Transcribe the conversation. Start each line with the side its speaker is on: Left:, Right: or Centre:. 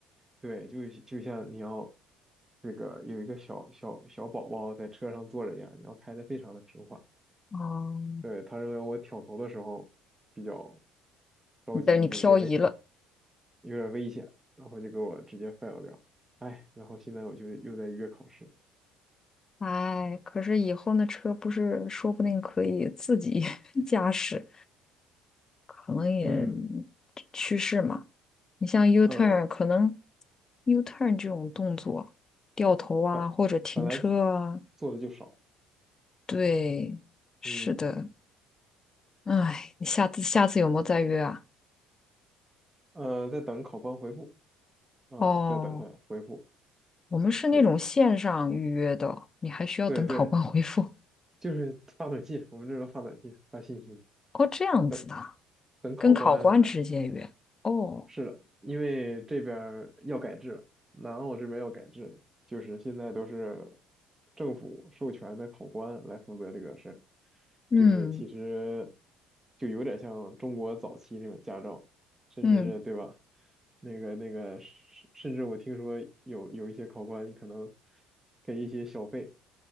Right: 对，就就像你要这个有一个小小小宝宝在车上坐着一样，你要开的非常的平缓。
Left: 哦、
Right: 对，他认为我挑头的时候比较着急，
Left: 你等你漂移了。
Right: 有些危有点危险，然后就给我直接 fail 掉。哎，然后现在我就又在约考试。
Left: 哎，可是以后那车不是说不定可以自己 <laughs> 驾驶，可能也
Right: 嗯，
Left: 趋势嘛。你像 U
Right: 呃，
Left: turn，可能 U turn 这种动作，掉头啊，
Right: 本本来
Left: 或者停车啊，
Right: 做的就少，
Left: 对，是的。
Right: 嗯，
Left: 哎，你下次下次有没有再约啊？
Right: 呃，在等考官回复啊，
Left: 哦，
Right: 在等他回复。
Left: 我们是那种线上预约的，
Right: 是的，
Left: 你还需要等考官
Right: 对对，
Left: <laughs> 回复。
Right: 就是发短信，我们这时候发短信，发信息，
Left: 哦，这样子的啊
Right: 等等考官安排。
Left: 跟考官直接约。哦，
Right: 是的，因为这边儿要改制了，南澳这边要改制了，就是现在都是政府授权的考官来负责这个事儿，
Left: 嗯
Right: 就是其实就有点像中国早期那种驾照，甚至是对吧？
Left: 嗯，
Right: 那个那个，甚甚至我听说有有一些考官，你可能给一些小费，